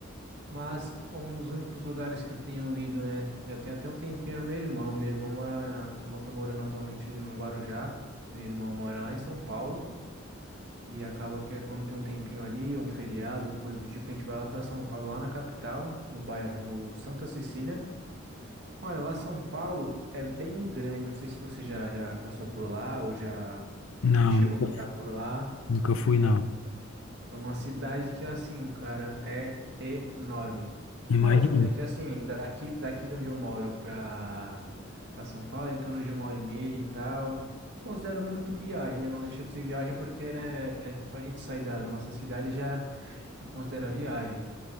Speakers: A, on the right; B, on the left.
A: Mas um dos únicos lugares que eu tenho ido, né, já tem até um tempinho, é meu irmão. Meu irmão mora, na- tá morando atualmente no Guarujá. Meu irmão mora lá em São Paulo. E acaba que é quando tem um tempinho ali, um feriado, uma coisa do tipo, a gente vai lá para São Paulo, lá na capital, no bairro Santa Cecília. Olha, lá São Paulo é bem grande, não sei se você já, já passou por lá ou já
B: Não,
A: chegou
B: nunca
A: a morar por lá.
B: nunca fui, não.
A: É é uma cidade que, assim, cara, é enorme.
B: Imagina.
A: Lógico, né? Que, assim, daqui, daqui de onde eu moro pra, pra São Paulo, é em torno de uma hora e meia e tal. Não considero muito viagem, né? Mas deixa de ser viagem porque, né? é Só a gente sair da, da nossa cidade já, já considera viagem.